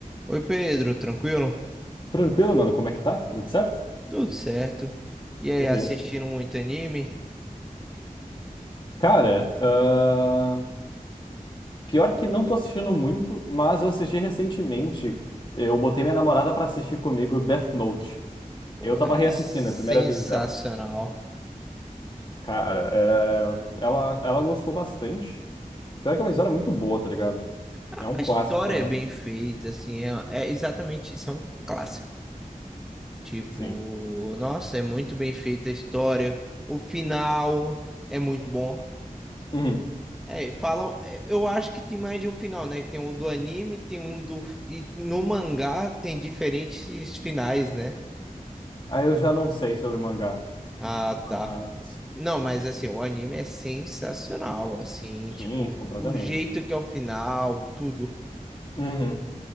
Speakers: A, in the centre; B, on the left.
A: Oi Pedro, tranquilo?
B: Tranquilo, mano, como é que tá? Tudo certo?
A: Tudo certo. E aí,
B: Beleza.
A: assistindo muito anime?
B: Cara, ahn, pior que não tô assistindo muito, mas eu assisti recentemente. Eu botei minha namorada pra assistir comigo Death Note.
A: Pô,
B: Eu tava
A: é
B: reassistindo,
A: sensacional.
B: é a primeira vez dela. Cara, é, ela, ela gostou bastante. Pior que é uma história muito boa, tá ligado?
A: A
B: É um clássico,
A: a história
B: querendo
A: é bem
B: ou não.
A: feita, assim, é, é exatamente isso, é um clássico. Tipo,
B: Sim.
A: nossa, é muito bem feita a história. O final é muito bom.
B: Uhum.
A: É, falam, é, eu acho que tem mais de um final, né? Tem um do anime, tem um do. E no mangá tem diferentes finais, né?
B: Aí eu já não sei sobre o mangá,
A: Ah,
B: mas
A: tá. Não, mas assim, o anime é sensacional, assim, tipo,
B: sim, completamente.
A: o jeito que é o final, tudo.
B: Uhum.